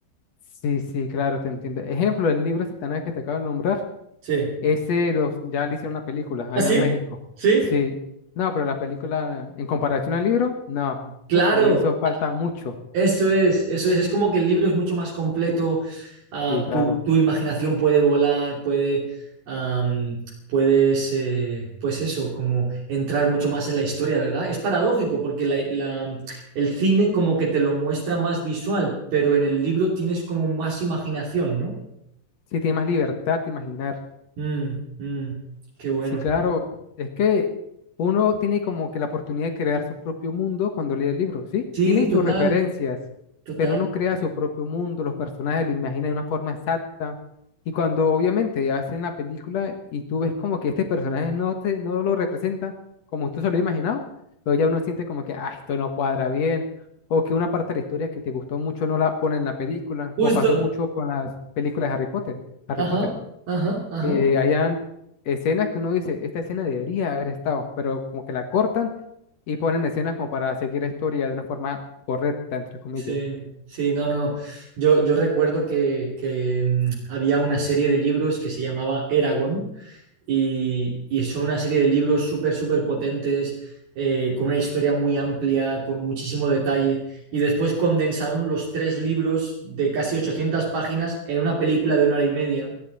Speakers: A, on the left; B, on the right.
A: Sí, sí, claro, te entiendo. Ejemplo, el libro de Satanás que te acabo de nombrar,
B: Sí.
A: ese los, ya le hicieron una película allá
B: ¿Ah, sí?
A: en México.
B: ¿Sí?
A: Sí, no, pero la película en comparación al libro, no,
B: Claro.
A: uf, le hizo falta mucho.
B: Eso es, eso es. Es como que el libro es mucho más completo. ah,
A: Sí, claro.
B: tu, tu imaginación puede volar, puede, am, puedes, eh, pues eso, como entrar mucho más en la historia, ¿verdad? Es paradójico porque la- la- el cine como que te lo muestra más visual, pero en el libro tienes como más imaginación, ¿no?
A: Sí, tiene más libertad de imaginar.
B: Mm, mm, qué bueno.
A: Sí, claro. Es que uno tiene como que la oportunidad de crear su propio mundo cuando lee el libro, ¿sí?
B: Sí,
A: Tiene
B: total,
A: sus referencias,
B: total.
A: pero uno crea su propio mundo, los personajes lo imagina de una forma exacta. Y cuando obviamente hacen la película y tú ves como que este personaje no, te, no lo representa como usted se lo ha imaginado, luego ya uno siente como que, ah, esto no cuadra bien, o que una parte de la historia que te gustó mucho no la pone en la película,
B: Justo.
A: como pasó mucho con las películas de Harry Potter. Harry
B: Ajá,
A: Potter
B: ajá, ajá.
A: eh, hayan escenas que uno dice, esta escena debería haber estado, pero como que la cortan y ponen escenas como para seguir la historia de una forma correcta, entre comillas.
B: Sí, sí, no, no. Yo, yo recuerdo que, que, mm, había una serie de libros que se llamaba Eragon y, y son una serie de libros súper, súper potentes, eh, con una historia muy amplia, con muchísimo detalle. Y después condensaron los tres libros de casi 800 páginas en una película de una hora y media